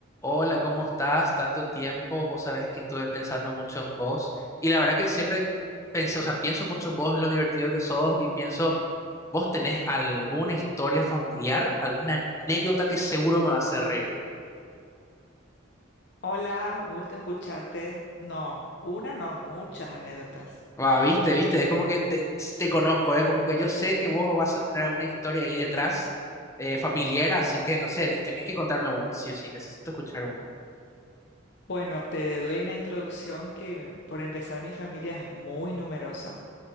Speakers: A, on the left; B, on the left.
A: Hola, ¿cómo estás? Tanto tiempo, vos sabés que estuve pensando mucho en vos y la verdad que siempre pensé, o sea, pienso mucho en vos, en lo divertido que sos y pienso, vos tenés alguna historia familiar, alguna anécdota que seguro me va a hacer reír.
B: Hola, gusto escucharte. No, una no, muchas anécdotas.
A: Va, viste, viste, es como que te, te conozco, es como que yo sé que vos vas a tener alguna historia ahí detrás eh, familiar, así que no sé, de- tenés que contarme una, sí o sí, necesito escuchar una.
B: Bueno, te doy una introducción que por empezar mi familia es muy numerosa